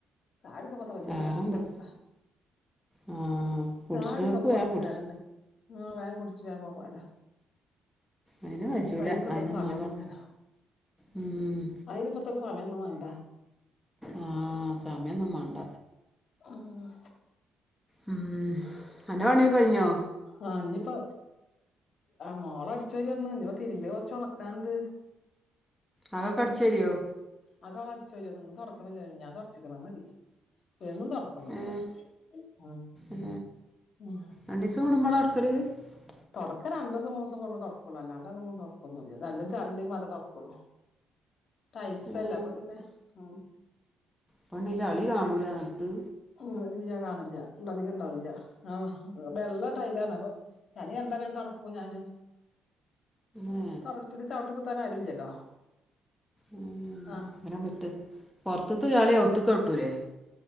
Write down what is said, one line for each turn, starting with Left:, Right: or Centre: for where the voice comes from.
Left: ചായടിക്കുപ്പം അധികം
Centre: വേറെന്താ
Left: നേരൊന്നുംമാണ്ടല്ലോ.
Centre: ആ കുടിച്ചിനവർക്ക്
Left: ചായടിക്കാപ്പോ കൊർച്ച്
Centre: വേഗം കുടിച്ച്
Left: നേരണ്ട് ഉം വേമ് കുട് ച്ച് വേം പോവാലോ.
Centre: അയ്ന് കച്ചൂല
Left: അയിനിപ്പ ഇത്ര
Centre: അയിനൊന്നാവാൻ
Left: സമയൊന്നുല്ലല്ലോ
Centre: ഉം
Left: അയിനിപ്പ ഇത്ര സമയൊന്നും വാണ്ട
Centre: ആ സമയൊന്നും മാണ്ട
Left: ആഹ്
Centre: ഉം അൻ്റെ പണ്യാക്കെ കഴിഞ്ഞോ?
Left: ആ ഇഞ്ഞിപ്പോ മോള അടിച്ച വരിന്ന് ഇഞിപ്പ തിരുമ്പ കുറച്ച് ഉണക്കാണ്ട്
Centre: അകൊക്കെ അടിച്ചോരിയോ?
Left: അകൊക്കെ അടിചോരിയതാ ഇന്ന് തൊടക്കണില്ല മിഞ്ഞാന്ന് തൊടച്ചതാ അത് മതി എന്നും തൊടക്കൊന്നുല്ലാ
Centre: ഏ
Left: മ്മ്
Centre: ഏ
Left: മ്മ്
Centre: രണ്ടീസം <unintelligible>
Left: തൊടക്ക രണ്ടൂസം മൂന്നൂസം കൂടുമ്പോ തൊടക്കുള്ളു അല്ലാണ്ട് അങ്ങനെന്നും തൊടക്കൊന്നുല്ല ഇത് ന്നല്ലോം ചളിണ്ടെങ്കി മാത്രം തൊട കൊള്ളൂ. ടൈൽസ്സല്ലേ
Centre: ഏ
Left: അപ്പൊ പിന്നെ മ്മ്
Centre: പെണ്ണീ ചളി കാണൂലാ നെൽത്ത്?
Left: മ്മ് ഇല്ല കാണുല്ല അധികം ഇണ്ടാവുല്ല ആഹ് വെള്ള ടൈൽ ആണ് അപ്പൊ ചളി കണ്ടാ പിന്നെ തൊടക്കും ഞാന്
Centre: ഏ
Left: തൊടപ്പില് ചവിട്ടിപൂത്താന് ആരുല്ലല്ലോ
Centre: മ്മ്
Left: ആഹ്
Centre: മ്മ് മുറ്റത്ത പോറത്ത്ത്തെ ചളി അവുത്ത്ക്കവ്ട്ടൂലെ